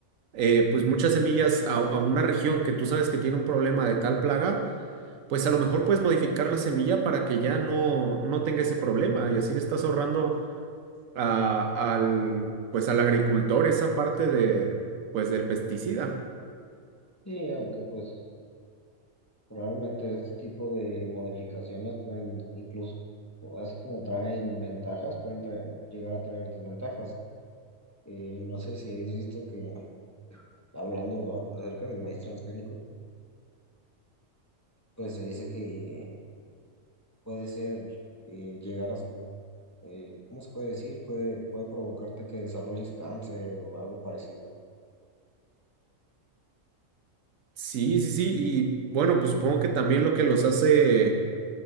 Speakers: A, on the right; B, on the left.
A: eh, pues muchas semillas a, a una región que tú sabes que tiene un problema de tal plaga, pues a lo mejor puedes modificar la semilla para que ya no, no tenga ese problema y así le estás ahorrando a- al, pues al agricultor esa parte de, pues del pesticida.
B: Sí, aunque pues Probablemente este tipo de modificaciones pueden incluso, así como traen ventajas, pueden traer- llegar a traer desventajas. Eh, no sé si has visto que, hablando a- acerca del maíz transgénico, pues se dice que puede ser, eh, llegar a, eh, ¿cómo se puede decir? Puede, puede provocarte que desarrolles cáncer o algo parecido.
A: Sí, sí, sí, y bueno, pues supongo que también lo que los hace